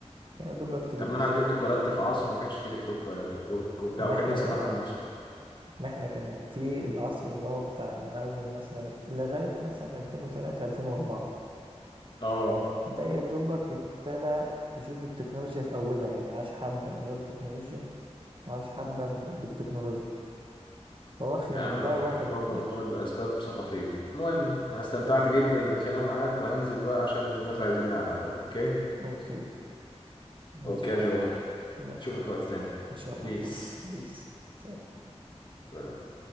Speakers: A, on the right (about 45°); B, on the left (about 45°).
A: كان يا دوبك تلفزيون
B: طب ما انا على فكره اتولدت في عصر ما كانش فيه تيك توك ولا فيسبوك وبتاع
A: ما
B: وكان
A: احنا
B: نفسي
A: كمان
B: اتعلم موسيقى
A: ما احنا كمان في العصر اللي هو بتاع من أول مثلا لغاية مثلا 2003 2004
B: اه
A: ده يا دوبك ابتدى يشوف التكنولوجيا في أولها يعني عاش حبة من غير تكنولوجيا وعاش حبة من... بالتكنولوجيا فواخد
B: يا
A: من
B: عم
A: ده
B: على فكره
A: واخد
B: الحوار
A: من
B: ده
A: ده
B: مرتبط باسباب ثقافيه المهم انا استمتعت جدا بالكلام معاك وهنزل بقى عشان الناس عايزيني على القهوه اوكي
A: أوكي ماشي
B: اوكي
A: يا
B: يا
A: حبيبي
B: جو
A: يلا
B: اشوفك وقت تاني
A: إن شاء
B: بيس
A: الله بيس سلام
B: بصراحة